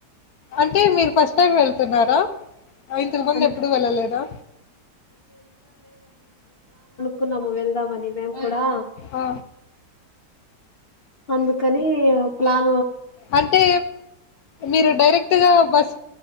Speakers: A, on the left; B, on the left.
A: అంటే మీరు ఫస్ట్ టైం వెళ్తున్నారా ఇంతకు మంది
B: అన్
A: ఎప్పుడు వెళ్ళలేదా
B: కున్నాము వెళ్దామని మేం కూడా
A: ఆ
B: అందుకని ప్లాన్
A: అంటే మీరు డైరెక్ట్ గా బస్